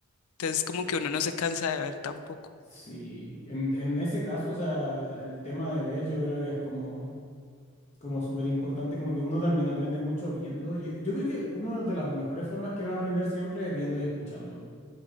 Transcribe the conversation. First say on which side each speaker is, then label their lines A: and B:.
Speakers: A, on the left; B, on the left.
A: Entonces como que uno no se cansa de ver tampoco.
B: Sí, en, en ese caso, o sea, el tema de ver yo creo que es como, como súper importante, como que uno también aprende mucho viendo. Yo, yo creo que una de las mejores formas que va a aprender siempre es viendo y escuchando.